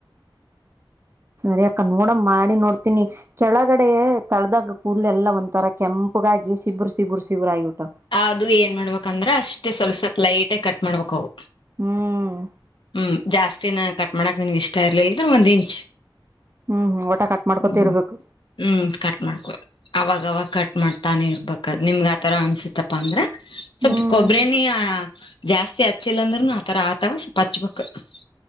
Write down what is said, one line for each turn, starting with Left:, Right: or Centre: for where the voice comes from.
Right: ಸರಿ ಅಕ್ಕ ನೋಡ ಮಾಡಿ ನೋಡ್ತನಿ ಕೆಳಗಡೆ ತಳ್ದಾಗ ಕೂದ ಎಲ್ಲ ಒಂತರ ಕೆಂಪಗಾಗಿ ಸಿಬ್ಬುರು ಸಿಬ್ಬುರು ಸಿಬ್ಬುರ ಆಗಿ ಬಿಟಾವ
Left: ಅದು ಏನ್ ಮಾಡ್ಬೇಕಂದ್ರ ಅಷ್ಟೇ ಸ್ವಲ್ಪ ಸ್ವಲ್ಪ ಲೈಟ್ಗ ಕಟ್ ಮಾಡ್ಬೇಕವು
Right: ಹ್ಮ್
Left: ಹ್ಮ್ ಜಾಸ್ತಿನ ಕಟ್ ಮಾಡಾಕ್ ನಿನ್ಗ್ ಇಷ್ಟ ಇರ್ಲಲ್ ಒಂದ್ ಇಂಚ್
Right: ಹ್ಮ್ ಹ್ಮ್ ಒಟ ಕಟ್ ಮಾಡ್ಕೊತ
Left: ಹ್ಮ
Right: ಇರ್ಬೇಕು
Left: ಹ್ಮ್ ಕಟ್ ಮಾಡ್ಕೋ ಅವಾಗವಾಗ ಕಟ್ ಮಾಡ್ತಾನೆ ಇರ್ಬೇಕ ನಿಮ್ಗೆ ಆಥರ ಅನ್ಸತ್ತಪ್ಪಾ ಅಂದ್ರೆ ಸ್ವಲ್ಪ್
Right: ಹ್ಮ್
Left: ಕೊಬ್ಬರ ಎಣ್ಣೆ ಆ ಜಾಸ್ತಿ ಹಚ್ಚಿಲ್ಲ ಅಂದ್ರುನು ಆತರ ಆತವ ಪಂಚಮುಕ್ <unintelligible>